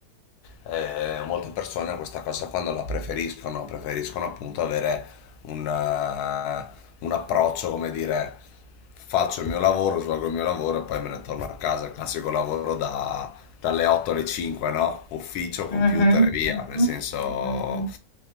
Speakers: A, on the left (about 85°); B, on the left (about 35°).
A: eh, molte persone questa cosa qua non la preferiscono, preferiscono appunto avere un, eh, un approccio, come dire, faccio il mio lavoro, svolgo il mio lavoro e poi me ne torno a casa, il classico lavoro da- dalle 8 alle 5, no? Ufficio,
B: mhm,
A: computer e via,
B: mhm,
A: nel senso...
B: mhm.